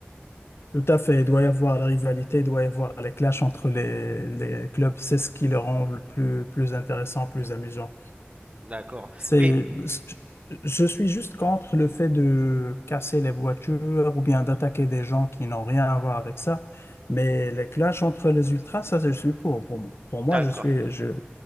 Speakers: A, on the left; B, on the right.
A: Tout à fait. Il doit y avoir la rivalité, il doit y avoir les clashs entre les, les clubs. C'est ce qui le rend le plus, plus intéressant, plus amusant.
B: D'accord.
A: C'est,
B: Mais
A: je suis juste contre le fait de casser les voitures ou bien d'attaquer des gens qui n'ont rien à voir avec ça. Mais les clashs entre les ultras, ça, je suis pour. Pour, pour
B: d'accord,
A: moi, je suis, je,